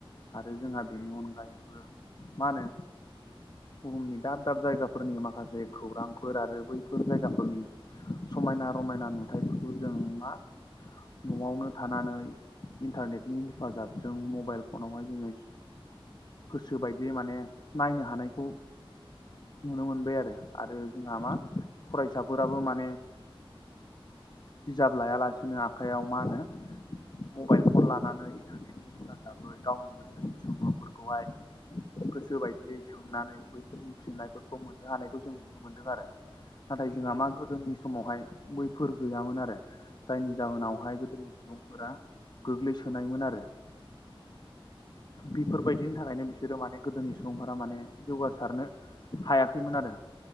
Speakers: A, on the left; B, on the left.
A: आरो जोंहा
B: उम
A: बेनि अनगायैबो मा होनो बुहुमनि दाब दाब जायगाफोरनि माखासे खौरांफोर आरो बैफोर जायगाफोरनि समायना रमायना नुथायफोरखौ जों मा न'आवनो थानानै इन्टारनेटनि हेफाजाबजों मबाइल फनावहाय जोङो गोसो बायदियै माने नायनो हानायखौ नुनो मोनबाय आरो आरो जोंहा
B: उम
A: मा फरायसाफोराबो माने बिजाब लायालासिनो आखाइयाव मा होनो मबाइल फन लानानै इन्टारनेट हेफाजाबै गावनि गोसोनि सफोरखौहाय गोसो बायदियै सोंनानै बैफोरनि फिननायफोरखौ मोननो हानायखौ जों नुनो मोनदों आरो नाथाय
B: नंगौ
A: जोंहा
B: नोंथां
A: मा गोदोनि समावहाय बैफोर गैयामोन आरो जायनि जाहोनावहाय
B: औ औ
A: गोदोनि सुबुंफोरा गोग्लैसोनायमोन आरो बेफोरबायदिनि
B: उम
A: थाखायनो बिसोरो माने गोदोनि सुबुंफोरा माने जौगासारनो हायाखैमोन आरो